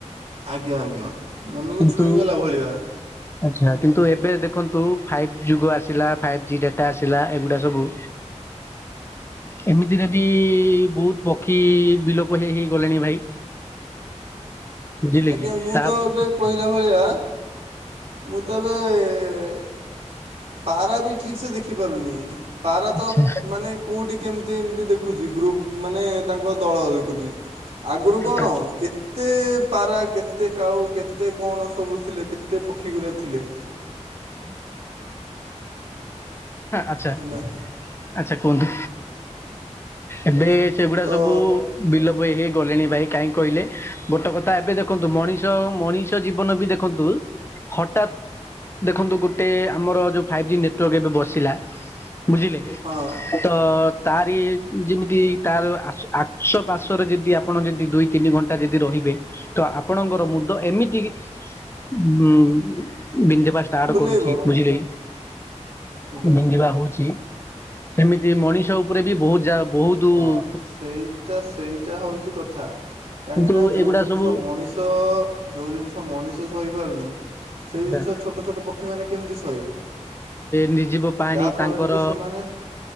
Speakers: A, on the right (about 50°); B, on the left (about 20°).
A: ଆଜ୍ଞା ଆଜ୍ଞା ମନକୁ
B: କିନ୍ତୁ
A: ଛୁଇଁ ଗଲା ଭଳିଆ।
B: ଆଚ୍ଛା କିନ୍ତୁ ଏବେ ଦେଖନ୍ତୁ ଫାଇଭ ଯୁଗ ଆସିଲା ଫାଇଭ ଜି ଡାଟା ଆସିଲା ଏଗୁଡ଼ା ସବୁ ଏମିତିରେ ବି ବହୁତ ପକ୍ଷୀ ବିଲୋପ ହେଇ ହେଇ ଗଲେଣି ଭାଇ। ବୁଝିଲେ
A: ଆଜ୍ଞା
B: କି
A: ମୁଁ
B: ତା
A: ତ
B: ଆଚ୍ଛା
A: ଏବେ କହିଲା ଭଳିଆ ମୁଁ ତ ଏବେ-ଏ-ଏ ପାରା ବି ଠିକ୍ ସେ ଦେଖିପାରୁନି। ପାରା
B: ଆଚ୍ଛା
A: ତ ମାନେ କେଉଁଠି କେମିତି ଦେଖୁଛି ଗ୍ରୁପ ମାନେ ତାଙ୍କ ଦଳ ଦେଖୁଛି ଆଗରୁ କଣ
B: ଆଚ୍ଛା ଆଚ୍ଛା
A: କେତେ-ଏ-ଏ ପାରା କେତେ କାଉ କେତେ କଣ ସବୁ ଥିଲେ କେତେ ପକ୍ଷୀଗୁରା ଥିଲେ।
B: ହୁଁ ଆଛା
A: ହେଲା
B: ଆଛା କୁହନ୍ତୁ, ଏବେ-ଏ-ଏ ସେଗୁଡା
A: ତ
B: ସବୁ-ଉ-ଉ ବିଲୋପ ହେ ଗଲେଣି ଭାଇ କାହିଁ କହିଲେ ଗୋଟେ କଥା ଏବେ ଦେଖନ୍ତୁ ମଣିଷ ମଣିଷ ଜୀବନ ବି ଦେଖନ୍ତୁ ହଠାତ୍ ଦେଖନ୍ତୁ ଗୋଟେ ଆମର ଯୋଉ ଫାଇଭ୍ ଜି ନେ ଟୱାର୍କ ଏବେ ବସିଲା ବୁଝିଲେ
A: ହଁ
B: ତ-ଅ-ଅ ତାରି ଯେମିତି ତାର ଆଶ ଆଶ୍ୱପାଶ୍ଵରେ ଯଦି ଆପଣ ଯଦି ଦୁଇ ତିନି ଘଣ୍ଟା ଯଦି ରହିି ତ ଆପଣଙ୍କର ମୁଣ୍ଡ ଏମିତି ଉ-ଉ-ଉ ବିନ୍ଧବା ଷ୍ଟାର୍ଟ
A: ବୁଲେଇବ
B: କରୁଛି ବୁଝିଲେ।
A: ଆଜ୍ଞା
B: ବିନ୍ଧିବା ହଉଛି ସେମିତି ମଣିଷ ଉପ ପୂଜା ବହୁତୁ-ଉ-ଉ
A: ହଁ ସେଇଟା ସେଇଟା ହଉଛି କଥା। କାହିଁକି
B: କିନ୍ତୁ
A: ନା ଯୋଉ
B: ଏଗୁଡା
A: ଜିନିଷ
B: ସବୁ
A: ମଣିଷ-ଅ-ଅ-ଅ ଯୋଉ ଜିନିଷ ମଣିଷ ସହି ପାରୁନି ସେଇ
B: ଏ
A: ଜିନିଷ ଛୋଟ ଛୋଟ ପକ୍ଷୀ ମାନେ କେମିତି ସହିବେ।
B: ନିର୍ଜୀବ ପାଣି
A: ଯାହା ଫଳରେ
B: ତାଙ୍କର
A: କି ସେମାନେ